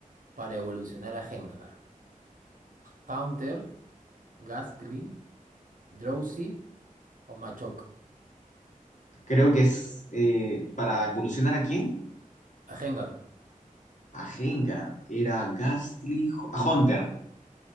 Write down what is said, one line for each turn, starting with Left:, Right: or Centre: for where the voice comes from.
Right: para evolucionar a Gengar? ¿Haunter, Gastly, Drowsy o Machoke?
Left: Creo que es eh, para evolucionar a quién?
Right: A Gengar.
Left: A Gengar. Era Gastly, Ho- a Hunter.